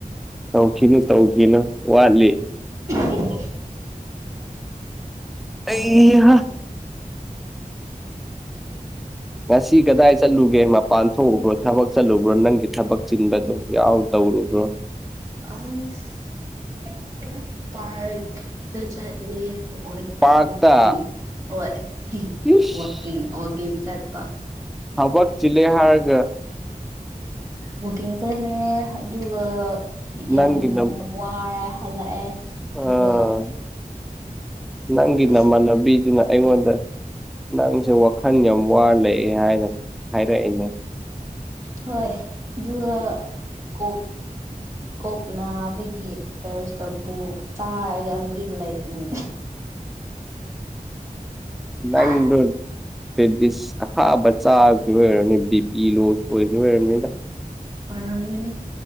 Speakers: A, in the centre; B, on the right (about 20°).
A: ꯇꯧꯈꯤꯅꯨ ꯇꯧꯈꯤꯅꯨ ꯋꯥꯠꯂꯤ꯫
B: <unintelligible> ꯍꯣꯏꯗ
A: ꯑꯩꯍꯥ ꯉꯁꯤ ꯀꯗꯥꯏ ꯆꯠꯂꯨꯒꯦ ꯃꯥ ꯄꯥꯟꯊꯣꯛꯎꯕ꯭ꯔꯣ ꯊꯕꯛ ꯆꯠꯂꯨꯕ꯭ꯔꯣ ꯅꯪꯒꯤ ꯊꯕꯛ ꯆꯤꯟꯕꯗꯣ ꯌꯥꯝ ꯇꯧꯔꯨꯕ꯭ꯔꯣ꯫
B: ꯑꯁ ꯄꯥꯔꯛ ꯗ ꯆꯇꯂꯨꯌꯦ ꯑꯣꯔꯦꯟ
A: ꯄꯥꯔꯛꯇ
B: ꯋꯥꯀꯤꯡ ꯍꯣꯏ
A: ꯏꯁ
B: ꯋꯥꯀꯤꯡ ꯋꯥꯀꯤꯡ ꯆꯠꯄ꯫
A: ꯍꯕꯛ ꯆꯤꯂꯦ ꯍꯥꯔꯒ꯫
B: ꯋꯥꯒꯤꯡ ꯆꯠꯂꯦ ꯑꯗꯨꯒ ꯌꯥꯝ
A: ꯅꯪꯒꯤ ꯅꯝꯕ
B: ꯋꯥ ꯋꯥꯔꯦ ꯍꯜꯂꯛꯑꯦ
A: ꯑꯥ
B: ꯗꯨꯒ
A: ꯅꯪꯒꯤ
B: ꯑꯁ
A: ꯅꯃꯥꯟꯅꯕꯤꯗꯨꯅ ꯑꯩꯉꯣꯟꯗ ꯅꯪꯁꯦ ꯋꯥꯈꯟ ꯌꯥꯝ ꯋꯥꯔ ꯂꯩꯑꯦ ꯍꯥꯏꯅ ꯍꯥꯏꯔꯛꯑꯦꯅꯦ꯫
B: ꯍꯣꯏ ꯗꯨꯒꯥ ꯀꯣ ꯀꯣꯛ ꯅꯥꯕꯒꯤ꯫ ꯄꯦꯔꯥꯁꯤꯇꯥꯒꯣꯜ ꯆꯔꯒꯥ ꯍꯥꯖꯤꯛ ꯂꯩꯕꯅꯤ꯫
A: ꯅꯡꯗꯨ
B: ꯑꯥ
A: ꯄꯦꯗꯤꯁ ꯑꯈꯥꯕ ꯆꯥꯒꯤꯕꯩ ꯑꯣꯏꯔꯝꯅꯤ ꯕꯤ ꯄꯤ ꯂꯣ ꯑꯣꯏꯕ ꯑꯣꯏꯔꯝꯅꯤꯗ꯫
B: ꯄꯔꯝꯒꯅꯤ꯫